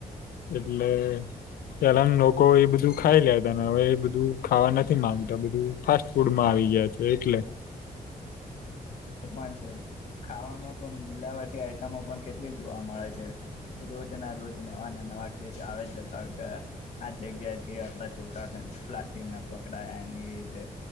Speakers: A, on the left; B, on the left.
A: એટલે પેલા ના લોકો એ બધું ખાઈ લેતા ને હવે એ બધું ખાવા નથી માંગતા બધું ફાસ્ટ ફૂડમાં આવી ગયા છે એટલે.
B: એ પણ છે ખાવામાં પણ મિલાવટી આઈટમો પણ કેટલી જોવા મળે છે રોજ ના રોજ નવા ના નવા કેસ આવે છે <unintelligible> આ જગ્યા એજ કે આટલા ચોખા હતા પ્લસ ટી ના પકડાયા એ એ રીતે